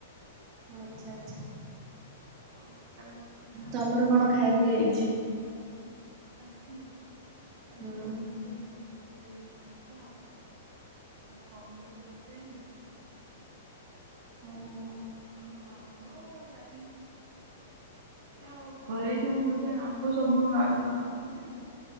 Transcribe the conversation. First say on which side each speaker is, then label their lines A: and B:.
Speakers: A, on the right; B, on the right.
A: ହଁ ଆଚ୍ଛା ଆଚ୍ଛା।
B: ଆଉ କାଳେ କଣ। ଖାଇଥିଲା
A: ତମର କଣ ଖାଇଆ ପିଇଆ ହେଇଛି?
B: ଆଜି ଆଜି
A: ହୁଁ
B: ଆମର ହେଇ ହୁଁ ହୁଁ ଇଏ ଭାତ ଆଉ ପନିର ତରକାରୀ।
A: ଓ <unintelligible>
B: ଆଉ ଆମ୍ବ, ଡାଲି। ଏ ଆଉ ଘରେ ଯୋଉ ଏବେ ଆମ୍ବ ସବୁ ଆଉ ଅଛି ନା।